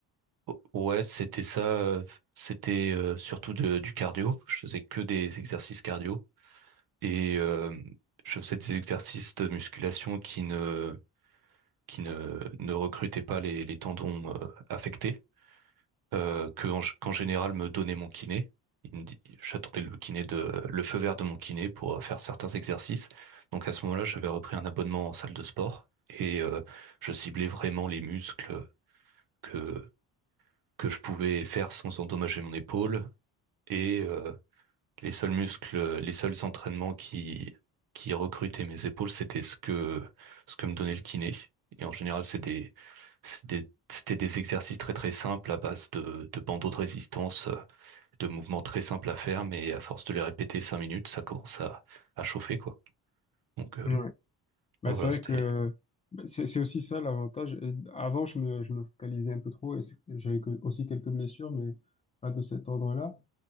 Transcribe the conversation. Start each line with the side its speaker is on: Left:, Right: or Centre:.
Right: O- ouais, c'était ça. euh, C'était euh, surtout de- du cardio. Je faisais que des exercices cardio et euh, je faisais des exercices de musculation qui ne qui ne ne recrutaient pas les, les tendons euh, affectés. euh, que en, g- qu'en général me donnait mon kiné. Il me dit, j'attendais le kiné de, le feu vert de mon kiné pour euh, faire certains exercices. Donc à ce moment-là, j'avais repris un abonnement en salle de sport et euh, je ciblais vraiment les muscles que, que je pouvais faire sans endommager mon épaule et euh, les seuls muscles, les seuls entraînements qui, qui recrutaient mes épaules, c'était ce que, ce que me donnait le kiné. Et en général, c'est des, c'est des- c'était des exercices très très simples à base de, de bandeaux de résistance euh, de mouvements très simples à faire, mais à force de les répéter cinq minutes, ça commence à, à chauffer, quoi. Donc euh,
Left: Ouais. Bah,
Right: ah,
Left: c'est
Right: voilà,
Left: vrai
Right: c'était,
Left: que bah, c'est c'est aussi ça l'avantage. Euh, Avant, je me, je me focalisais un peu trop et c'est- j'avais que- aussi quelques blessures, mais pas de cet ordre-là.